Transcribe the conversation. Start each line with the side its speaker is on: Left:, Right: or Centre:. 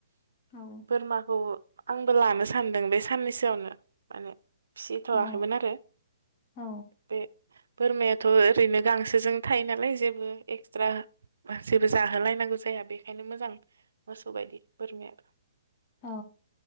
Left: औ।
Right: बोरमाखौ आंबो लानो सानदों बे साननैसोआवनो माने। फिसिथ'वाखैमोन
Left: औ
Right: आरो
Left: औ
Right: बे बोरमायाथ' ओरैनो गांसोजों थायो नालाय जेबो एक्सट्रा जेबो जाहोलायनांगौ जाया बेखायनो मोजां। मोसौ बायदि बोरमयाबो
Left: औ